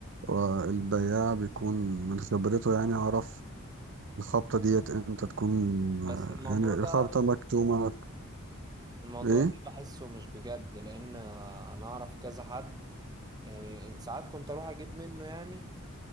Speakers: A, on the right; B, on the right.
A: والبياع بيكون من خبرته يعني عرف الخبطة ديت امتى تكون
B: بس
A: آه،
B: الموضوع
A: يعني الخبطة
B: ده
A: مكتومة
B: الموضوع
A: ايه
B: ده بحسه مش بجد لان انا اعرف كذا حد إيه، ساعات كنت اروح اجيب منه يعني